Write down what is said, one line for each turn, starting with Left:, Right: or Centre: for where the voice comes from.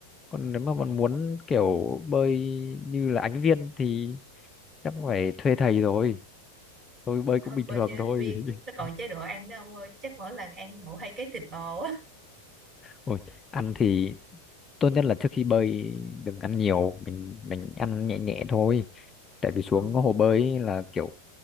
Left: còn nếu mà bạn muốn kiểu bơi như là Ánh Viên thì chắc phải thuê thầy rồi tôi bơi cũng
Right: thôi
Left: bình
Right: bao
Left: thường
Right: nhiêu ứng
Left: thôi
Right: viên nó còn
Left: <laughs>
Right: chế độ ăn đó ông ơi chắc mỗi lần ăn mỗi hai cái thịt bò á
Left: Ôi, ăn thì tốt nhất là trước khi bơi đừng ăn nhiều mình mình ăn nhẹ nhẹ thôi tại vì xuống
Right: ờ
Left: hồ bơi ấy là kiểu